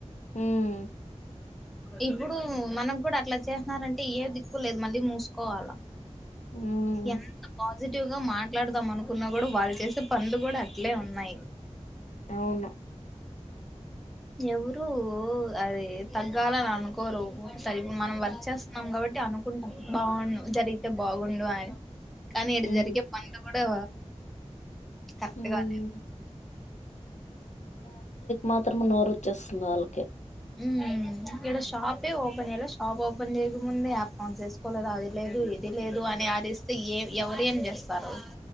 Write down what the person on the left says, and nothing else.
మ్మ్
ఉమ్
అవును
ఉమ్
మ్మ్
మాత్రం నోరు వచ్చేస్తుంది వాళ్ళకి